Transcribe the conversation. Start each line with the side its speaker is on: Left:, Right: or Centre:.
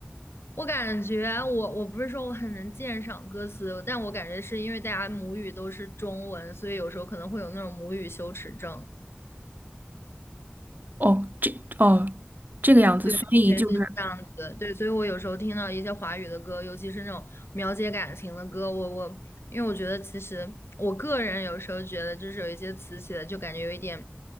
Left: 我感觉我我不是说我很能鉴赏歌词，但我感觉是因为大家母语都是中文，所以有时候可能会有那种母语羞耻症。
Right: 哦，这哦，这个样子，
Left: 对，
Right: 所以就是
Left: 也是这样子。对，所以我有时候听到一些华语的歌，尤其是那种描写感情的歌，我我因为我觉得其实我个人有时候觉得就是有一些词写的就感觉有一点